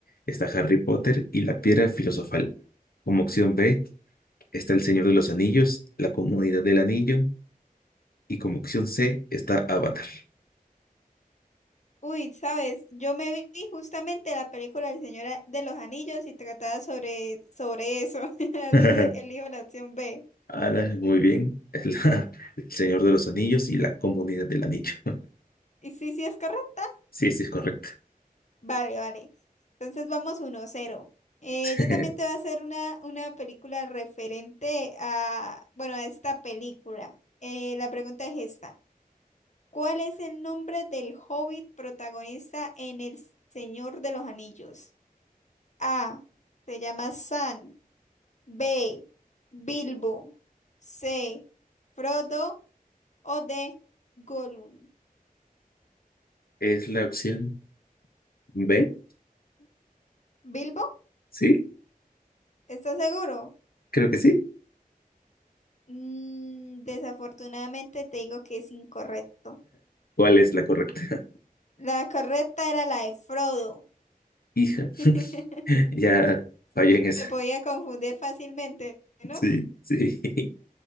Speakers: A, on the left; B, on the left.
A: está Harry Potter y la piedra filosofal. Como opción B está El Señor de los Anillos, La Comunidad del Anillo y como opción C está Avatar.
B: Uy, sabes, yo me vi justamente la película El Señor de los Anillos y trataba sobre, sobre eso, <laughs> así
A: <laughs>
B: que elijo la opción B.
A: Ahora, muy bien. <laughs> El, Señor de los Anillos y La Comunidad del Anillo. <laughs>
B: ¿Y sí, sí es correcta?
A: Sí, sí, es correcto.
B: Vale, vale. Entonces vamos uno cero Eh,
A: <laughs>
B: yo también te voy a hacer una, una película referente a, bueno, a esta película. Eh, la pregunta es esta. ¿Cuál es el nombre del hobbit protagonista en El Señor de los Anillos? A. Se llama Sam. B. Bilbo. C. Frodo. O D. Gollum.
A: ¿Es la opción B?
B: ¿Bilbo?
A: ¿Sí?
B: ¿Estás seguro?
A: Creo que sí.
B: Mm, desafortunadamente te digo que es incorrecto.
A: ¿Cuál es la correcta?
B: La correcta era la de Frodo.
A: <laughs> Hija,
B: <laughs>
A: <laughs> ya fallé en esa.
B: Se podía confundir fácilmente, ¿no?
A: Sí, sí. <laughs>